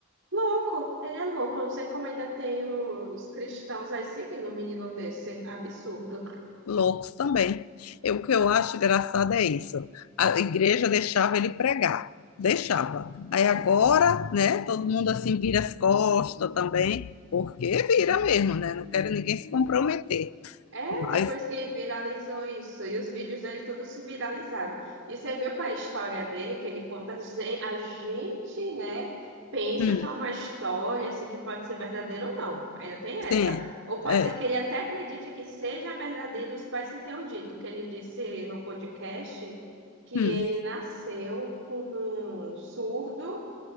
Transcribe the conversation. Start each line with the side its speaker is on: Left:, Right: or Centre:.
Right: Louco, ele é louco. Eu Não sei como ainda tem os cristãos aí seguindo um menino desse. Absurdo.
Left: Loucos também. Eu, o que eu acho engraçado é isso. A igreja deixava ele pregar, deixava. Aí agora, né, todo mundo assim vira as costas também, porque vira mesmo, né? Não quero ninguém se comprometer.
Right: É,
Left: Mas,
Right: depois que viralizou isso, e os vídeos dele todos se viralizaram. E você viu qual é a história dele, que ele conta, ze- a gente, né, pensa
Left: hum,
Right: que é uma história, assim, que pode ser verdadeira ou não. Ainda tem essa.
Left: Sim,
Right: Ou pode
Left: é.
Right: ser que ele até acredite que seja verdadeiro os pais que tenham dito, que ele disse no podcast que
Left: Hum.
Right: ele nasceu com um surdo